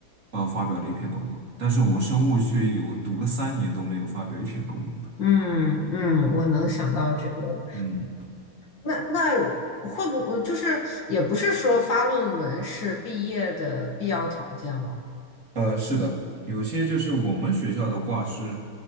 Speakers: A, on the right; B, on the left.
A: 呃发表了一篇论文，但是我们生物却有读了三年都没有发表一篇论文的。
B: 嗯嗯，我能想到这个，
A: 嗯。
B: 那那会不会就是也不是说发论文是毕业的必要条件了？
A: 呃，是的，有些就是我们学校的话是，